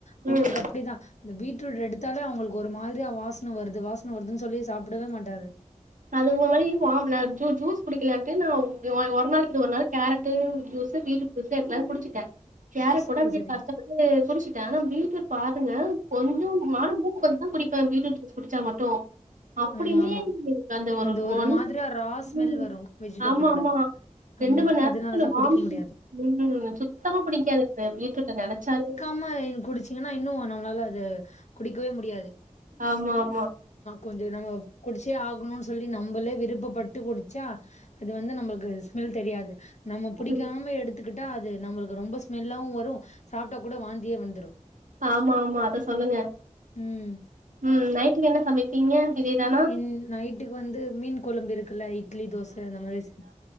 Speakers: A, on the left; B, on the right.
A: அவுங்ளுக்கு
B: ம்
A: அப்டிதா இந்த பீட்ரூட் எடுத்தாலே அவுங்ளுக்கு ஒரு மா திரியா வாசன வருது வாசன வருதுன்னு சொல்லியே சாப்பிடவே மாட்டாரு
B: அது ஒரு மாரி வாம்ல ஜூ ஜூஸ் குடிக்கலான்டு நா ஒ ஒரு நாள் விட்டு ஒரு நாள் carrot juice beetroot juice எப்டியோ குடிச்சிட்டே கேரட்
A: சரி,
B: கூட அப்டியே
A: சரி.
B: கஷ்டப்பட்டு குடிச்சிட்டே ஆனா பீட் பாருங்க கொஞ்ச நானு மூக்கு பொத்திதா குடிப்பே பீட்ரூட் ஜூஸ் குடிச்சா மட்டு அப்டியுமே
A: ஆமா, ஆமா.
B: ஒரு
A: அந்த
B: ஒன்
A: மாதிரியா ரா ஸ்மெல்
B: ம்
A: வரும் வெஜிடபிளோட.
B: ஆமா ஆமா ரெண்டு
A: ஆமா.
B: மண்நேரத்துக்கு
A: அதனால
B: நா
A: தான்
B: வாமிட்
A: குடிக்க முடியாது.
B: ம் சுத்தமா புடிக்காது இந்த பீட்ரூட்ட நெனச்சாலே
A: நம்ம இது குடிச்சீங்கனா இன்னு நம்ளால அது குடிக்கவே முடியாது
B: ஆமா ஆமா
A: கொஞ்ச நம்ம குடிச்சே ஆகணும்னு சொல்லி நம்பளே விருப்பப்பட்டு குடுச்சா அது வந்து நம்பளுக்கு ஸ்மெல் தெரியாது நம்ம புடிக்காம
B: ம்
A: எடுத்துக்கிட்டா அது நம்மளுக்கு ரொம்ப ஸ்மெல்லாவு வரு சாப்ட்டா கூட வாந்தியே வந்துரு
B: ஆமா ஆமா அத சொல்லுங்க
A: ம்
B: ம் நைட்டுக்கு என்ன சமைப்பீங்க இதேதானா
A: இன் நைட்டுக்கு வந்து மீன் கொழம்பு இருக் க்குல இட்லி தோச அந்த மாரி செஞ்